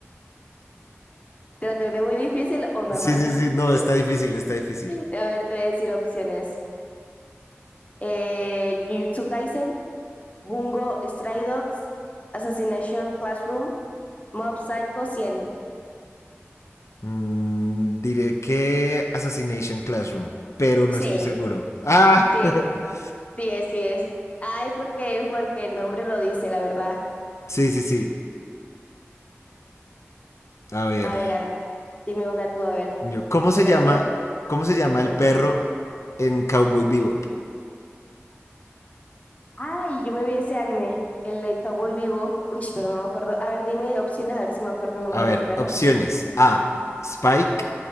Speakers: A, on the left; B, on the left.
A: ¿Te la tendré muy difícil o normal?
B: Sí, sí, sí, no,
A: <laughs>
B: está difícil, está difícil.
A: A ver, te voy a decir opciones. Eh, Jujutsu Kaisen, Bungo Stray Dogs, Assassination Classroom, Mob Psycho cien
B: Mm, diré que Assassination Classroom, pero no
A: Sí,
B: estoy seguro. Ah,
A: sí,
B: <laughs>
A: Sí es, sí es. Ay, porque, porque el nombre lo dice, la verdad.
B: sí, sí, sí. A ver,
A: A ver, a ver, dime una tú, a ver,
B: yo- ¿cómo se
A: una
B: llama,
A: chévere.
B: cómo se llama
A: Mm.
B: el perro en Cowboy Bebop?
A: Ay, yo me vi ese anime, el de Cowboy Vivo. Uy, pero no me acuerdo. A ver, dime opciones, a ver si me acuerdo el nombre
B: A ver,
A: del perro.
B: opciones. A. Spike.